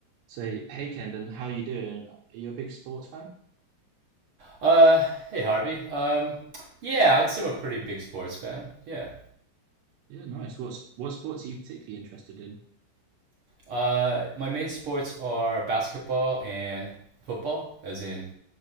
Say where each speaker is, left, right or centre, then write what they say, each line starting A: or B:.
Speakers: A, on the right (about 75°); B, on the right (about 60°).
A: Say hey Kendon, how you doing? Are you a big sports fan?
B: Uh, hey Harvey. Um, yeah, I'd say I'm a pretty big sports fan. Yeah.
A: Yeah, nice. What's what sports are you particularly interested in?
B: Uh, my main sports are basketball and football, as in